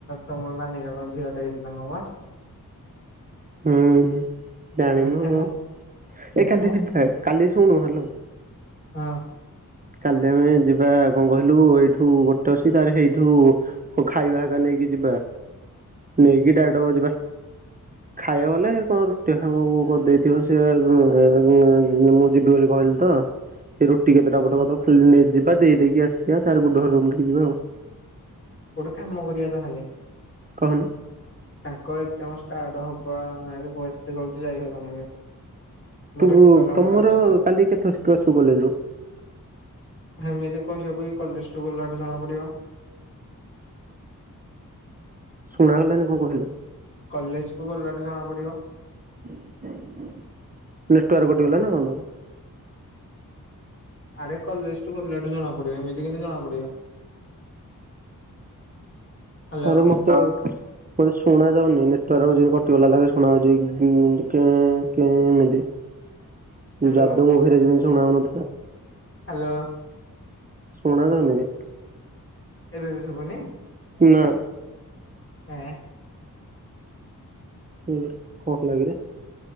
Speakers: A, on the left; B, on the right.
A: ତମ ନାନୀର କଣ ଝିଅ ଟେ ହେଇଛି ନା କଣ ପା?
B: ହୁଁ ଜାଣିନୁ
A: ମିଠା ଖାଇ
B: ଆଉ
A: ମିଠା
B: ଏ କାଲି ଯିବା କାଲି ଶୁଣୁ ହ୍ୟଲୋ
A: ହଁ
B: କାଲି ଆମେ ଯିବା କଣ କହିଲୁ ଏଇଠୁ ଗୋଟେ ଅସି ତାର ସେଇଠୁ ହ ଖାଇବା ଖବା ନେଇକି ଯିବା ନେଇକି ଡାଇରେକ୍ଟକୁ ଯିବା ଖାଇବା ବଲେ କଣ ରୁଟି ଖବ କରିଦେଇଥିବ ସିଏ ମୁଁ ଯିବି ବୋଲି କହିଲି ତ ଏ ରୁଟି କେତେଟା ପଟେ
A: ହଁ
B: ଖାଲି ଯିବା ଦେଇେଇକି ଆସିବା ଗୋଟର ରୁମ ଟିକେ ଯିବା ଆଉ
A: ଗୋଟେ କାମ କରିବା ତାହେଲେ
B: କଣ?
A: ତାଙ୍କ ଏଜାମ ଷ୍ଟାର୍ଟ ହବ ନାଇଁ ଏତେ ଜଲଦି ଯାଇହବନ ଏବେ ମୋର
B: ତୁ
A: ଏପଟ କାମଟା
B: ତମର
A: ଅଛି ତ।
B: କାଲି କେତେ କେତେ ଆସିବୁ କଲେଜ ରୁ?
A: ଏମିତି କହିହବ କି କଲେଜ କୁ ଗଲାଠୁ ଜଣା ପଡିବ।
B: ଶୁଣାଗଲାନି କଣ କହିଲେ।
A: କଲେଜ କୁ ଗଲାଠୁ ଜଣା ପଡିବ
B: ନେଟୱାର୍କ କଟି ଗଲା ନା କଣ ତୋର
A: ଆରେ କଲେଜ ଟୁ ଗଲାଠୁ ଜଣା ପଡିବ ଏମିତି କେମିତି ଜଣା ପଡିବ ହ୍ୟାଲୋ
B: ଆରେ ମୁଁ ତ ମତେ ଶୁଣା ଯାଉନି ନେଟୱାର୍କ ଯ କଟିଗଲା ଲେଖେ ଶୁଣା ଯାଉଛି କେଁ କେ ଏମତି ତୁ
A: ହ୍ୟାଲୋ
B: ଯା ଦ ମୁଁ ଫେରେ ଯିବି ଶୁଣାଉନ
A: ହ୍ୟାଲୋ
B: ଶୁଣାଯାଉନି
A: ଏବେ ବି ଶୁଭୁନି
B: ନା
A: ଆଁ
B: ହୁଁ କଣ ହେଲା କି ରେ